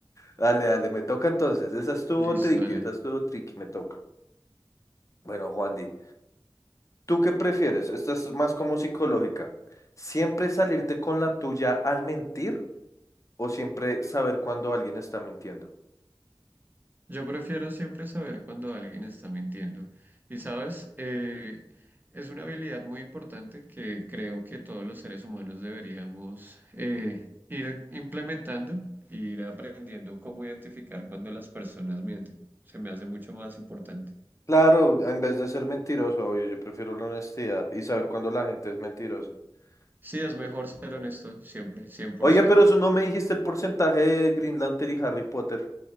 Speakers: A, on the left; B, on the right.
A: Dale, dale, me toca entonces. Esa estuvo
B: Listo,
A: tricky,
B: dale.
A: esa estuvo tricky, me toca. Bueno, Juandi, ¿tú qué prefieres? Esta es más como psicológica. ¿Siempre salirte con la tuya al mentir o siempre saber cuando alguien está mintiendo?
B: Yo prefiero siempre saber cuando alguien está mintiendo. Y sabes, Eh, es una habilidad muy importante que creo que todos los seres humanos deberíamos eh, ir implementando, e ir aprendiendo cómo identificar cuando las personas mienten. Se me hace mucho más importante.
A: Claro, en vez de ser mentiroso, obvio, yo prefiero la honestidad y saber cuándo la gente es mentirosa.
B: Sí, es
A: Entonces,
B: mejor ser
A: sí.
B: honesto siempre, cien por
A: Oye,
B: ciento.
A: pero eso no me dijiste el porcentaje de Green Lantern y Harry Potter.